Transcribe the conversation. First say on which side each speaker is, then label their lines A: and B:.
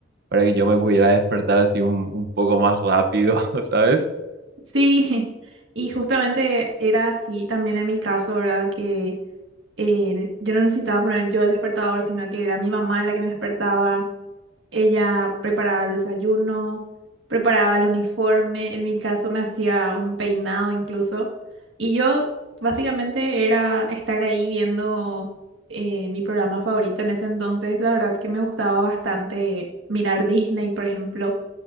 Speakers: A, on the right; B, on the right.
A: para que yo me pudiera despertar así un, un poco más rápido, <laughs> ¿sabes?
B: Sí, <laughs> y justamente era así también en mi caso, ¿verdad? Que eh, yo no necesitaba poner yo el despertador, sino que era mi mamá la que me despertaba. Ella preparaba el desayuno, preparaba el uniforme, en mi caso me hacía un peinado incluso. Y yo básicamente era estar ahí viendo eh, mi programa favorito en ese entonces. La verdad que me gustaba bastante mirar Disney, por ejemplo.